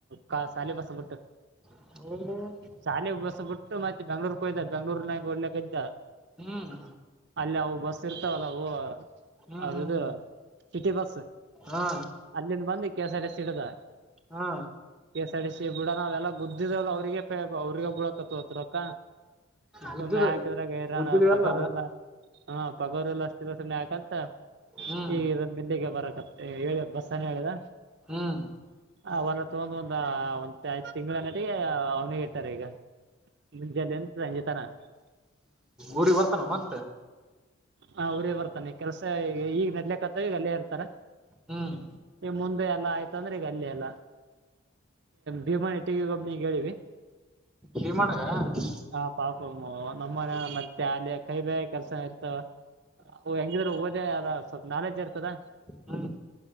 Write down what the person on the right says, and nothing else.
ಕ ಸಾಲಿ ಬಸ್ಸಬುಟ್ಟು.
ಶಾಲಿ ಬಸ್ಸ ಬಿಟ್ಟು ಮತ್ತೆ ಬೆಂಗ್ಳೂರ್ ಹಯ್ದ ಬ ಬೆಂಗ್ಳೂರ್ನಾಗ ಓಡ್ಲ ಬ ಇದ್ದ.
ಅಲ್ಲಿ ಅವು ಬಸ್ ಇರ್ತಾವಲ್ಲ ಅವು.
ಅದದು ಸಿಟಿ ಬಸ್
ಅಲ್ಲಿಂದ ಬಂದು ಕೆಸ್ ಆರ್ ಎಸ್ ಇಡ್ದ
ಕೆ ಸಾರ್ ಟಿ ಸಿ ಬಿಡ ನ ಅವೆಲ್ಲ ಗುದ್ದಿದ್ರವಲ್ಲ ಅವ್ರಿಗೆ ಅವ್ರಗೆ ಬಿಳಿಕತ್ ದ್ ರೊಕ್ಕ.
ಸುಮ್ನೆ ಹಾಕಿದ್ರ ಹೈರಾಣ
ಪಗಾರ ಇಲ್ಲ. ಹಾ ಪಗೋರೆಲ್ಲ ಅಷ್ಟತರ ಸಣ್ಣೆ ಯಾಕಂತ
ಈ ಮೆಲ್ಲಿಗೆ ಬರಕತ್ ಹೇಳ್ಯ ಬಸ್ಸಾನ ಹೇಳ್ದ.
ಅವಲ್ಲ ತಗೊಂಡ್ ಒಂದ ಒಂದ್ಐದ್ ತಿಂಗ್ಳ ನಟಿಗೆ ಅವ್ನಿಗೆ ಇಟ್ಟಾರೆ ಈಗ. <unintelligible>
ಹಾ ಉರಿಗ್ ಬರ್ತಾನೆ ಕೆಲ್ಸ ಈಗ್ ನಡ್ಲಕ್ತ್ತ ಈಗ ಅಲ್ಲೇ ಇರ್ತಾರ.
ಮುಂದೆ ಎಲ್ಲ ಆಯ್ತ- ಅಂದ್ರ ಅಲ್ಲೆ ಎಲ್ಲ ಭೀಮಾನಟ್ಟಿಗೆಗ್ ಒಬ್ಬನಿಗ್ ಹೇಳಿವಿ.
ಹ ಪಾಪ ಮೊ ನಮ್ಮರ ಮತ್ತೆ ಅಲ್ಲಿ ಕೈ ಬೆಕ್ - ಕೆಲ್ಸ ಇರ್ತಾವ ಹೆಂಗಿದ್ರ ಓದೆ ಅದ ಸ್ವಲ್ಪ್ ನಾಲೆಜ್ ಇರ್ತದ